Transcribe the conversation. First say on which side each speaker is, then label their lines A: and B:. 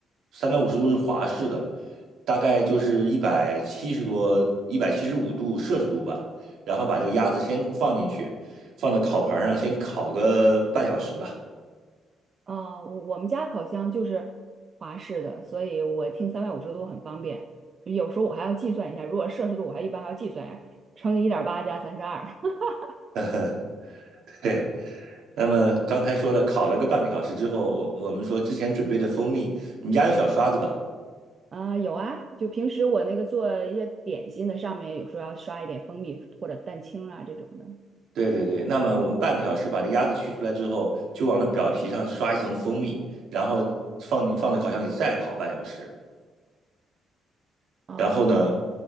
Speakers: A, on the right; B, on the right.
A: 三百五十度是华氏的。大概就是一百七十多、一百七十五度摄氏度吧，然后把这个鸭子先放进去，放到烤盘上先烤个半小时吧。
B: 啊，我我们家烤箱就是华氏的，所以我听三百五十度很方便。有时候我还要计算一下，如果摄氏度，我还一般还要计算一下，乘以一点八加三十二。<laughs>
A: <laughs> 对，那么刚才说了，烤了个半个小时之后，我我们说之前准备的蜂蜜，你们家有小刷子吧？
B: 啊，有啊，就平时我那个做一些点心的，上面有时候要刷一点蜂蜜或者蛋清啊这种的。
A: 对对对，那么我们半个小时把这鸭子取出来之后，就往那表皮上刷一层蜂蜜，然后放你放到烤箱里再烤半小时。
B: 啊，
A: 然后呢，